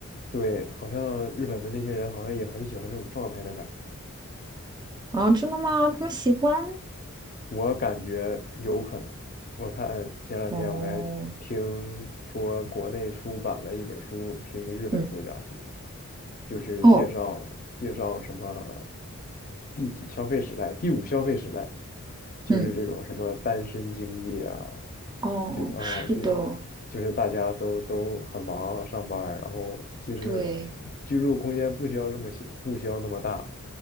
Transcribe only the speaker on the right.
啊，真的吗？他们喜欢？
哦，
嗯，
哦，
嗯，哦，
是的，
对，